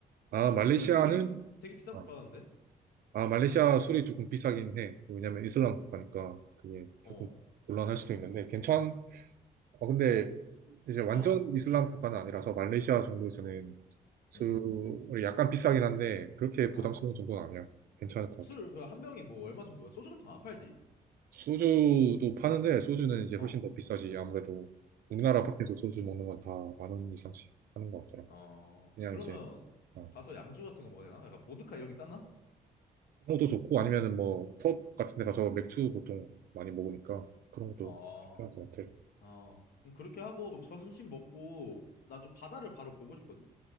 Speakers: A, on the right; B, on the left.
A: 아, 말레이시아는,
B: 술 되게, 되게 비싼
A: 아,
B: 걸로 아는데?
A: 아, 말레이시아 술이 조금 비싸긴 해. 왜냐면 이슬람 국가니까 그게 조금
B: 어,
A: 곤란할 수도 있는데, 괜찮, 어, 근데 이제 완전
B: 어,
A: 이슬람 국가는 아니라서 말레이시아 정도에서는 술이
B: 음,
A: 약간 비싸긴 한데, 그렇게
B: 어.
A: 부담스러운 정도는 아니야. 괜찮을 것
B: 술
A: 같아.
B: 그 한 병이 뭐 얼마 정도야? 소주 같은 거 안 팔지?
A: 소주도 파는데, 소주는 이제 훨씬
B: 어,
A: 더 비싸지. 아무래도 우리나라
B: 어,
A: 밖에서 소주 먹는 건 다 만 원 이상씩 하는 것 같더라.
B: 어.
A: 그냥
B: 그러면
A: 이제, 어.
B: 가서 양주 같은 거 먹어야 되나? 약간 보드카 이런 게 싼가?
A: 그런 것도 좋고 아니면은 뭐 펍 같은 데 가서 맥주 보통 많이 먹으니까 그런 것도
B: 어,
A: 괜찮을 것 같아.
B: 어. 그럼 그렇게 하고 그럼 점심 먹고 난 좀 바다를 바로 보고 싶거든?